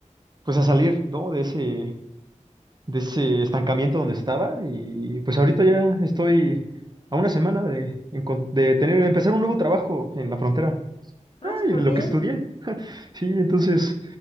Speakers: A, on the right; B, on the left.
A: pues a salir, ¿no? De ese, de ese estancamiento donde estaba y pues ahorita ya estoy a una semana de, encon- de tener, de empezar un nuevo trabajo en la frontera
B: Ah, súper
A: y lo
B: bien.
A: que estudié. Sí, entonces,